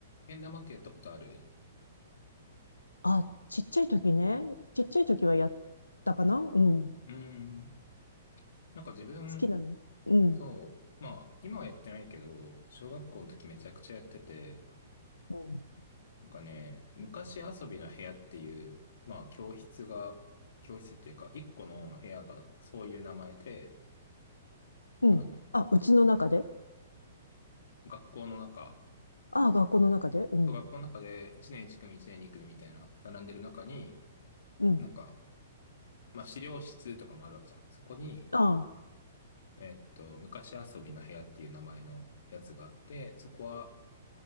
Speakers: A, on the left; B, on the left.
A: けん玉ってやったことある
B: あ、ちっちゃい時ね。ちっちゃい時はやったかなうん。
A: うーん。なんか自分、
B: 好きなのうん。
A: そう。まあ、今はやってないけど、小学校の時めちゃくちゃやってて、
B: うん。
A: なんかね、昔遊びの部屋っていう、まあ、教室が、教室っていうか、一個の部屋がそういう名前で、
B: うん。
A: あの、ん
B: あ、うちの中で
A: 学校の中、
B: あ、学校の中でうん。
A: 小学校の中で1年1組、1年2組みたいな、並んでる中に、
B: うん。
A: なんか、まあ、資料室とかもあるわけじゃん。そこに、
B: あ、
A: えっと、昔遊びの部屋っていう名前のやつがあって、そこは、